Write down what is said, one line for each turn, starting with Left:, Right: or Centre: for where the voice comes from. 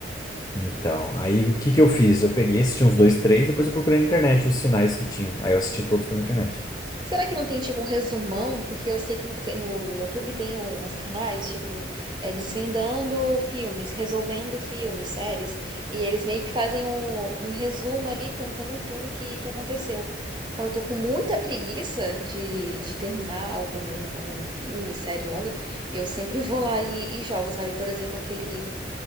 Left: Então, aí o que que eu fiz? Eu peguei, assisti uns dois, três, depois eu procurei na internet os finais que tinham. Aí eu assisti todos pela internet.
Right: Será que não tem, tipo, um resumão? Porque eu sei que no, fe- no YouTube tem um- uns canais, tipo, é, desvendando filmes, resolvendo filmes, séries. E eles meio que fazem um, um resumo ali, contando tudo que, que aconteceu. Quando eu tô com muita preguiça de, de terminar algum, algum filme, série longa, eu sempre vou lá e, e jogo, sabe? Por exemplo, aquele.